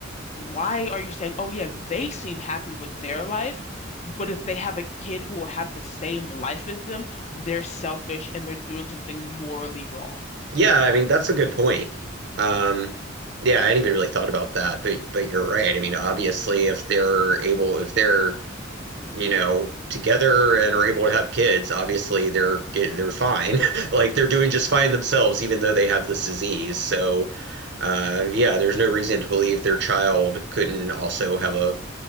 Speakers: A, on the left; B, on the right.
A: why are you saying, oh yeah, they seem happy with their life, but if they have a kid who will have the same life as them, they're selfish and they're doing something morally wrong.
B: Yeah, I mean that's a good point. Um, yeah, I hadn't even really thought about that, but but you're right. I mean, obviously, if they're able, if they're you know together and are able to have kids, obviously they're ge- they're fine. <laughs> Like they're doing just fine themselves, even though they have this disease. So, uh, yeah, there's no reason to believe their child couldn't also have a